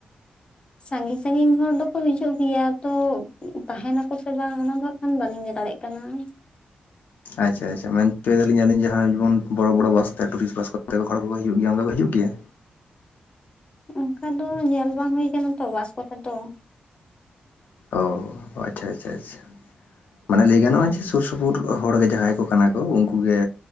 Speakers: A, on the left; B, on the left.
A: ᱥᱟᱺᱜᱤᱧ ᱥᱟᱺᱜᱤᱧ ᱦᱚᱲ ᱫᱚᱠᱚ ᱦᱤᱡᱩᱜ ᱜᱮᱭᱟ ᱾ ᱛᱚ ᱛᱟᱦᱮᱱᱟᱠᱚ ᱥᱮ ᱵᱟᱝ ᱚᱱᱟ ᱫᱚ ᱦᱟᱸᱜ ᱠᱷᱟᱱ ᱵᱟᱹᱞᱤᱧ ᱞᱟᱹᱭ ᱫᱟᱲᱮᱜ ᱠᱟᱱᱟ ᱾
B: ᱟᱪᱪᱷᱟ ᱟᱪᱪᱷᱟ ᱢᱮᱱ ᱪᱩᱭ ᱫᱟᱞᱤᱧ ᱟᱹᱞᱤᱧ ᱡᱟᱦᱟᱸᱭ ᱡᱮᱢᱚᱱ ᱵᱚᱲᱚ ᱵᱚᱲᱚ ᱵᱟᱥᱛᱮ ᱴᱩᱨᱤᱥᱴ ᱵᱟᱥ ᱠᱚᱛᱮ ᱦᱚᱲ ᱠᱚᱠᱚ ᱦᱤᱡᱩᱜ ᱜᱮᱭᱟ ᱾ ᱚᱱᱠᱟ ᱠᱚ ᱦᱤᱡᱩᱜ ᱜᱮᱭᱟ?
A: ᱚᱱᱠᱟ ᱫᱚ ᱧᱮᱞ ᱵᱟᱝ ᱦᱩᱭ ᱠᱟᱱᱟ ᱛᱚ ᱵᱟᱥ ᱠᱚᱛᱮ ᱫᱚ ᱾
B: ᱚ ᱟᱪᱪᱷᱟ ᱟᱪᱪᱷᱟ ᱟᱪᱷᱟ ᱾ ᱢᱟᱱᱮ ᱞᱟᱹᱭ ᱜᱟᱱᱚᱜᱼᱟ ᱡᱮ ᱥᱩᱨ-ᱥᱩᱯᱩᱨ ᱦᱚᱲ ᱜᱮ ᱡᱟᱦᱟᱸᱭ ᱠᱚ ᱠᱟᱱᱟ ᱠᱚ ᱩᱱᱠᱩ ᱜᱮ